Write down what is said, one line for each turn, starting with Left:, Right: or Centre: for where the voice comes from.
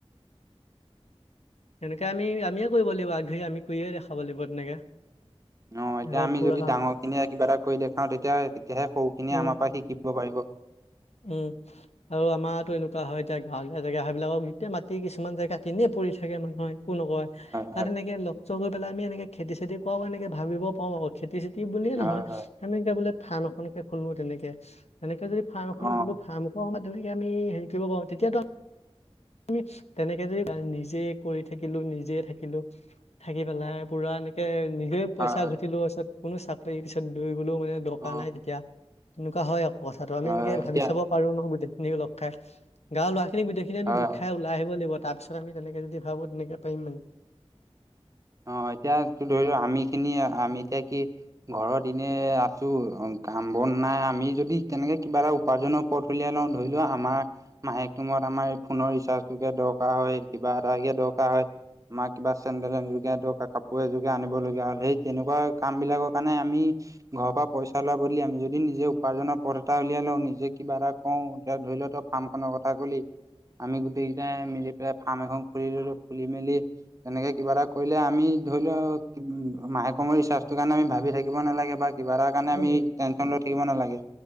Left: সেনেকে আমি আমিয়ে কৰিব লাগিব আগ ধৰি আমি কৰিয়ে দেখাব লাগিব তেনেকে।
Right: অ'
Left: সিহঁত
Right: এতিয়া আমি
Left: পুৰা
Right: যদি ডাঙৰ খিনিয়ে কিবা এটা কৰি দেখাও তেতিয়া তেতিয়াহে সৰুখিনিয়ে
Left: উম
Right: আমাৰ পৰা শিকিব পাৰিব।
Left: উম, আৰু আমাৰো টো এনেকুৱা হয় এতিয়া গাঁৱলীয়া জেগা সেইবিলাকক গোটেই মাটি কিছুমান জেগা কিনে পৰি থাকে। <unintelligible> একো নকয় তাত
Right: হয়
Left: এনেকে লগ চগ হয় পেলাই আমি এনেকে খেতি চতি কৰাও এনেকে ভাবিব পাৰো আকৌ খেতি চেতি বুলিয়ে
Right: হয়
Left: নহয়
Right: হয়
Left: আমি এতিয়া বোলে ফাৰ্ম এখনকে খলো তেনেকে তেনেকে যদি ফাৰ্ম এখনো
Right: অ
Left: খুলো ফাৰ্ম খন তেনেকে আমি হেৰি কৰিব পাৰো তেতিয়াতো আমি তেনেকে যদি নিজে কৰি থাকিলো নিজে থাকিলো থাকি পেলাই পুৰা এনেকে নিজে পইচা
Right: হয় হয়
Left: ঘটিলো পিছত কোনো চাকৰি পিছত দৰিবলে মানে দৰকাৰ
Right: অ',
Left: নাই তেতিয়া। তেনেকুৱা হয় আকৌ কথাটো আমি
Right: অ',
Left: এনেকে ভাবি
Right: এতিয়া
Left: চাব পাৰো ন গোটেইখিনিক লগ খাই, গাও ল'ৰা সনে গোটেইখিনি আমি
Right: হয়
Left: ঘুত
Right: হয়
Left: ওলাই আহিব লাগিব তাৰ পিছত আমি তেনেকে যদি ভাবো তেনেকে পাৰিম মানে।
Right: অ' এতিয়াটো ধৰি লোৱা আমি খিনি আমি এতিয়া কি ঘৰত এনে আছো কাম বন নাই আমি যদি কেনেকে কিবা এটা উপাৰ্জনৰ পথ উলিয়াই লওঁ ধৰি লোৱা আমাৰ মাহেকৰ মূৰত আমাৰ এই ফোনৰ ৰিচাৰ্জ টোকে দৰকাৰ হয় কিবা এটে দৰকাৰ হয় আমাৰ কিবা চেন্ডেল এজোৰ কিনা দৰকাৰ কাপোৰ এযোৰ কে আনিব লগীয়া হ'য় সেই তেনেকুৱা কাম বিলাকৰ কাৰণে আমি ঘৰৰ পৰা পইচা লোৱা বদলি আমি যদি নিজে উপাৰ্জনৰ পথ এটা উলিয়াই লওঁ নিজে কিবা এটা কওঁ এতিয়া ধৰি লও তই ফাৰ্ম খনৰ কথা কলি আমি গোটেই কেইটাই মিলি পেলাই ফাৰ্ম এখন খুলি ললো খুলি মেলি তেনেকে কিবা এটা কৰিলে আমি ধৰি লোৱা মাহে কৰ মূৰত ৰিচাৰ্জ টো কাৰণে আমি ভাবি থাকিব নালাগে বা কিবা এটাৰ কাৰণে
Left: উ,
Right: আমি
Left: উ
Right: টেনচন লৈ থাকিব নালাগে